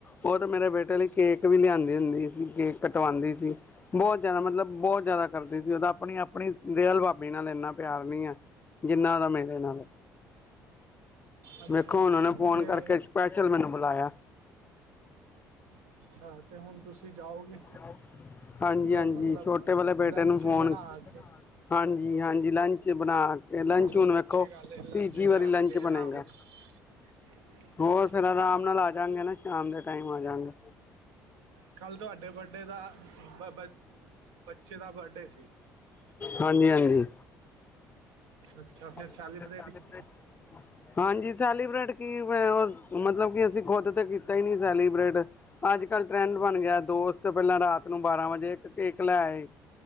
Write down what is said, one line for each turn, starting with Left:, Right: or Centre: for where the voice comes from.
Left: ਓ ਤੇ ਮੇਰੇ ਬੇਟੇ ਲਈ ਕੇਕ ਵੀ ਲਿਆਂਦੀ ਹੁੰਦੀ ਸੀ ਕੇਕ ਕਟਵਾਂਦੀ ਸੀ। ਬੋਤ ਜਾਦਾ ਮਤਲਬ ਬੋਤ ਜਾਦਾ ਕਰਦੀ ਸੀ ਉਦਾ ਆਪਣੀ-ਆਪਣੀ ਰੀਅਲ ਭਾਬੀ ਨਾਲ ਇੰਨਾ ਪਿਆਰ ਨਈ ਐ। ਜਿੰਨਾ ਉਦਾ ਮੇਰੇ ਨਾਲ ਐ।
Right: ਅੱਛਾ
Left: ਵੇਖੋ
Right: ਅੱਛਾ
Left: ਉਨੇ ਫੋਨ
Right: ਤੇ
Left: ਕਰਕੇ ਸਪੈਸ਼ਲ ਮੈਨੂੰ ਬੁਲਾਇਆ।
Right: ਅੱਛਾ ਤੇ ਹੁਣ ਤੁਸੀਂ ਜਾਓਗੇ।
Left: ਜਾਉ। ਹਾਂਜੀ-ਹਾਂਜੀ
Right: ਜੋ ਮਤਲਬ
Left: ਛੋਟੇ ਵਾਲੇ ਬੇਟੇ
Right: ਲੰਚ
Left: ਨੂੰ ਫੋਨ
Right: ਬਣਾ ਕੇ
Left: ਹਾਂਜੀ- ਹਾਂਜੀ ਲੰਚ ਬਣਾ ਲੰਚ
Right: ਚਲੋ
Left: ਹੁਣ ਵੇਖੋ
Right: ਅੱਛੀ ਗੱਲ ਹੈ ਲੰਚ
Left: ਤੀਜੀ
Right: ਬਣਾ
Left: ਵਰੀ ਲੰਚ
Right: ਕੇ
Left: ਬਣੇਗਾ।
Right: ਆਰਾਮ <inaudible>
Left: ਹੋਰ
Right: ਅੱਛਾ
Left: ਫਿਰ
Right: ਅੱਛਾ
Left: ਆਰਾਮ ਨਾਲ ਆ ਜਾਗੇ ਨਾ ਸ਼ਾਮ ਦੇ ਟਾਈਮ ਆ ਜਾਂਗੇ।
Right: ਕੱਲ ਤੁਹਾਡੇ ਬਰਡੇ ਦਾ ਬ ਬ ਬੱਚੇ ਦਾ ਬਰਡੇ ਸੀ।
Left: ਹਾਂਜੀ-ਹਾਂਜੀ
Right: ਅੱਛਾ-ਅੱਛਾ ਫਿਰ ਸੈਲੀਬ੍ਰੇਟ
Left: ਬਰਡੇ ਸੈਲੀਬਰੇਟ
Right: ਕੀਤਾ
Left: ਹਾਂਜੀ ਸੈਲੀਬ੍ਰਟ ਕੀ ਮਤਲਬ ਕਿ ਅਸੀਂ ਖੁਦ ਤੇ ਕੀਤਾ ਹੀ ਨਈ ਸੈਲੀਬ੍ਰਟ ਅੱਜ ਕੱਲ ਟਰੈਂਡ ਬਣ ਗਿਆ ਦੋਸਤ ਪੈਲਾਂ ਰਾਤ ਨੂੰ ਬਾਰਾਂ ਵਜੇ ਕੇਕ ਲੈ ਆਏ